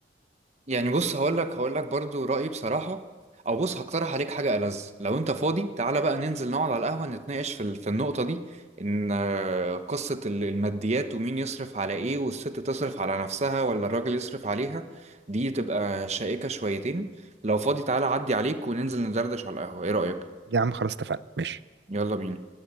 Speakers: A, on the right; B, on the right.
A: يعني بص هقول لك هقول لك برضو رأيي بصراحة او بص هقترح عليك حاجة ألذ لو انت فاضي تعالى بقى ننزل نقعد على القهوة نتناقش في ال- في النقطة دي ان آه، قصة ال- الماديات ومين يصرف على ايه والست تصرف على نفسها ولا الراجل يصرف عليها دي تبقى شائكة شويتين لو فاضي تعالى عدي عليك وننزل ندردش على القهوة ايه رأيك
B: يا عم خلاص اتفقنا ماشي
A: يلا بينا